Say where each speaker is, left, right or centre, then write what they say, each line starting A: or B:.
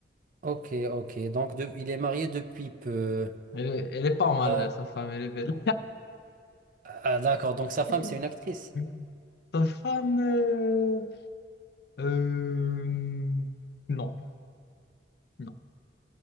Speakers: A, on the right (about 45°); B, on the left (about 60°).
A: Ok, ok. Donc, de- il est marié depuis peu.
B: Elle, est elle est pas mal,
A: Euh,
B: sa femme, elle est belle.
A: ah, d'accord. Donc, sa femme,
B: <laughs>
A: c'est une actrice.
B: Sa femme, euh, euh, non, non.